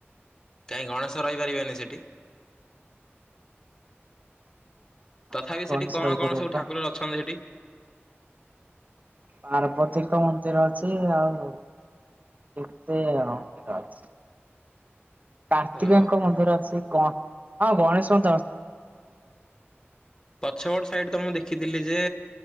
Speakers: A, on the left (about 20°); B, on the right (about 35°).
A: କାହିଁ ଗଣେଶ ରହିପାରିବେନି ସେଠି।
B: ନା
A: ତଥାପି
B: ଗଣେଶ
A: ସେଠି କଣ
B: ରହିପାରିବେନି
A: କଣ ସବୁ ଠାକୁରର
B: ବା
A: ଅଛନ୍ତି ସେଠି।
B: ପାର୍ବତୀଙ୍କ ମନ୍ଦିର ଅଛି ଆଉ କେତେ ମନ୍ଦିର ଅଛି। କାର୍ତ୍ତିକଙ୍କ
A: ଓହୋ।
B: ମଧ୍ୟରେ ଅଛି କଣ? ହଁ ଗଣେଶ <inaudible>
A: ପଛପଟ ସାଇଡ ତ ମୁଁ ଦେଖିଥିଲି ଯେ